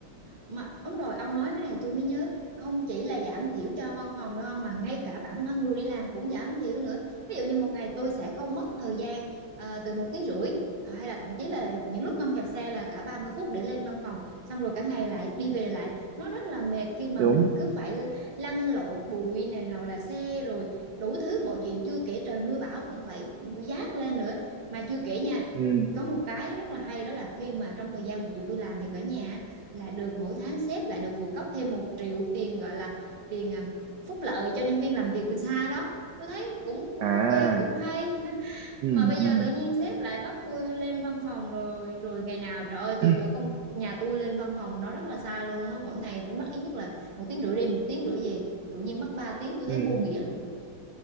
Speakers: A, on the right; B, on the right.
A: mà đúng rồi ông nói cái này tôi mới nhớ không chỉ là giảm thiểu cho văn phòng đâu ông, mà ngay cả bản thân người đi làm cũng giảm thiểu nữa ví dụ như một ngày tôi sẽ không mất thời gian ờ, từ một tiếng rưỡi à, hay là thậm chí là những lúc không kẹt xe là cả 30 phút để lên văn phòng xong rồi cả ngày lại đi về lại nó rất là mệt khi mà
B: đúng
A: mình cứ phải lăn lộn bụi này nào là xe rồi đủ thứ mọi chuyện chưa kể trời mưa bão cũng phải dát lên nữa mà chưa kể nha
B: ừ.
A: có một cái rất là hay đó là khi mà trong thời gian mà tụi tôi làm việc ở nhà á, là được mỗi tháng sếp lại được phụ cấp thêm một triệu tiền gọi là tiền à, phúc lợi cho nhân viên làm việc từ xa đó tôi thấy cũng cũng
B: à
A: ok cũng hay <laughs>
B: ừ
A: mà bây
B: ừ
A: giờ tự nhiên sếp lại bắt tôi lên văn phòng rồi rồi ngày nào trời ơi từ
B: <clears throat>
A: chỗ công nhà tôi lên văn phòng nó rất là xa luôn á mỗi ngày phải mất ít nhất là một tiếng rưỡi đi một tiếng rưỡi về tự nhiên mất ba tiếng tôi thấy
B: ừ
A: vô nghĩa lắm